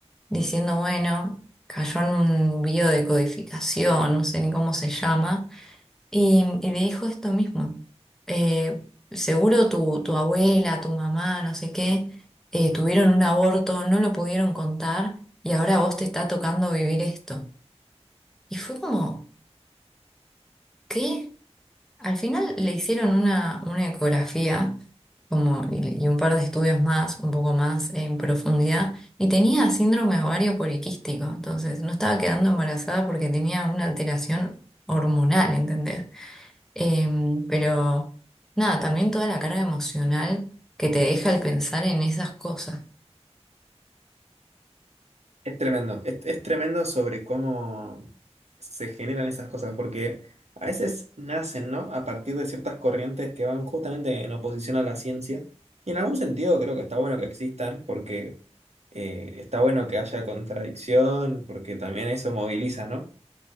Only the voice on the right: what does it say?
es tremendo, es, es tremendo sobre cómo se generan esas cosas, porque a veces nacen, ¿no? A partir de ciertas corrientes que van justamente en oposición a la ciencia. Y en algún sentido creo que está bueno que existan, porque Eh, está bueno que haya contradicción, porque también eso moviliza, ¿no?